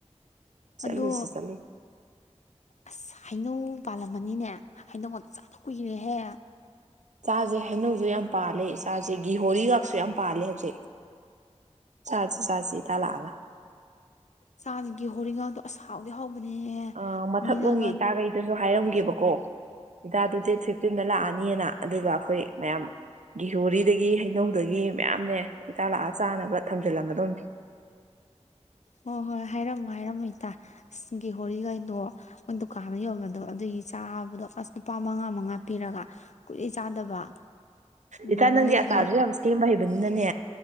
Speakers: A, on the right; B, on the left.
A: ꯆꯂꯨꯁꯤ
B: ꯑꯗꯣ
A: ꯆꯂꯨ
B: ꯑꯁ ꯍꯩꯅꯧ ꯄꯥꯜꯂꯝꯃꯅꯤꯅꯦ ꯍꯩꯅꯧ ꯆꯥꯅ ꯀꯨꯏꯔꯦꯍꯦ
A: ꯆꯥꯁꯦ ꯍꯩꯅꯧꯁꯨ ꯌꯥꯝ ꯄꯥꯜꯂꯦ ꯆꯥꯁꯦ ꯒꯤꯍꯣꯔꯤꯒꯥꯛꯁꯨ ꯌꯥꯝ ꯄꯥꯜꯂꯦ ꯍꯧꯖꯤꯛ ꯆꯁꯤ ꯆꯁꯤ ꯇꯥꯜꯂꯛꯑꯒ
B: ꯆꯥꯒꯤ ꯍꯣꯔꯤꯉꯜꯗꯣ ꯑꯁ ꯍꯥꯎꯗꯤ ꯍꯥꯎꯕ ꯑ
A: ꯑꯥ ꯃꯊꯛꯂꯣꯝꯒꯤ
B: ꯃꯤꯅꯒ
A: ꯏꯇꯥꯈꯩꯗꯁꯨ ꯍꯥꯏꯔꯝꯒꯦꯕꯀꯣ ꯏꯇꯥꯗ ꯗꯦꯠ ꯐꯤꯐꯇꯤꯟꯗ ꯂꯥꯛꯑꯅꯤꯅ ꯑꯗꯨꯒ ꯑꯩꯈꯣꯏ ꯃꯌꯥꯝ ꯒꯤꯍꯣꯔꯤꯗꯒꯤ ꯍꯩꯅꯧꯗꯒꯤ ꯃꯌꯥꯝꯅꯦ ꯏꯇꯥ ꯂꯥꯛꯑ ꯆꯥꯅꯕ ꯊꯝꯖꯤꯜꯂꯝꯃꯗꯧꯅꯦ
B: ꯍꯣꯏ ꯍꯣꯏ ꯍꯥꯏꯔꯝꯃꯣ ꯍꯥꯏꯔꯝꯃ ꯏꯇꯥꯒꯤ ꯍꯣꯣꯔꯈꯩꯗꯣ ꯃ ꯗꯨꯀꯥꯟꯗ ꯌꯣꯟꯝꯕꯗꯣ ꯑꯗꯨꯒꯤ ꯆꯥꯕꯗꯣ ꯑꯁ ꯂꯨꯄꯥ ꯃꯉꯥ ꯃꯉꯥ ꯄꯤꯔꯒ ꯀꯨꯂꯦ ꯆꯥꯗꯕ
A: ꯏꯇꯥ
B: ꯕꯣꯔꯗꯤꯡ
A: ꯅꯪꯗꯤ
B: ꯂꯩꯕꯁꯦ
A: ꯑꯇꯥꯔꯁꯨ ꯌꯥꯝ ꯁꯦꯝꯕ ꯍꯩꯕꯅꯤꯅꯅꯦ